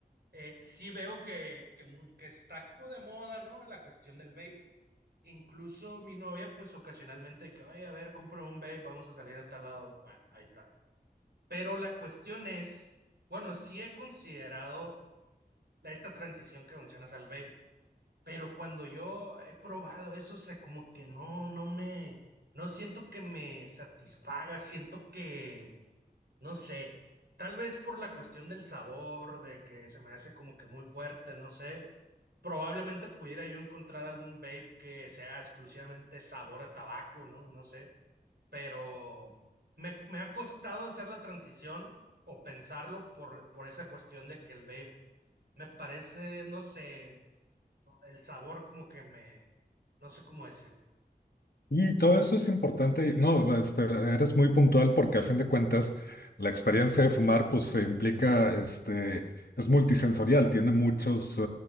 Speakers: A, on the right; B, on the left.
A: eh, sí veo que, que, mu- que está como de moda, ¿no? La cuestión del vape. Incluso mi novia, pues ocasionalmente, que, ay, a ver, compro un vape, vamos a salir a tal lado. Bueno, ahí está pero la cuestión es, bueno, sí he considerado la- esta transición que mencionas al vape, pero cuando yo he probado eso, o sea, como que no, no me, no siento que me satisfaga, siento que, no sé, tal vez por la cuestión del sabor, de que se me hace como que muy fuerte, no sé. Probablemente pudiera yo encontrar algún vape que sea exclusivamente sabor a tabaco, ¿no? No sé pero me, me ha costado hacer la transición o pensarlo por, por esa cuestión de que el vape me parece, no sé, el sabor como que me, no sé cómo decirlo.
B: Y todo eso es importante. y- No, este, eres muy puntual porque a fin de cuentas la experiencia de fumar pues se implica, este, es multisensorial, tiene muchos, eh,